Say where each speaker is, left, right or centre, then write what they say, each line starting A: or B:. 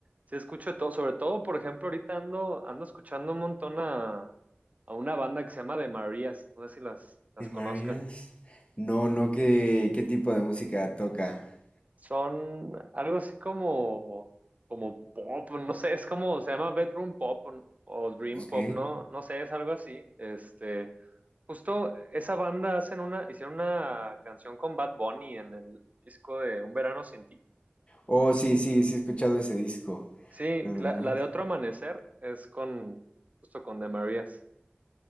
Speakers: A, on the right; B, on the left.
A: sí escucho de todo, sobre todo, por ejemplo, ahorita ando, ando escuchando un montón a, a una banda que se llama The Marías, no sé si las, las
B: ¿De Marias?
A: conozcas,
B: No, no, ¿qué, qué tipo de música toca?
A: son algo así como, como pop, no sé, es como, se llama Bedroom Pop o, o Dream
B: ¿Ok?
A: Pop, no, no sé, es algo así, este... Justo esa banda hacen una, hicieron una canción con Bad Bunny en el disco de Un Verano Sin Ti.
B: Oh, sí, sí, sí he escuchado ese disco.
A: Sí,
B: ¿Lo de
A: la,
B: Marías?
A: la de Otro Amanecer es con, justo con De Marías,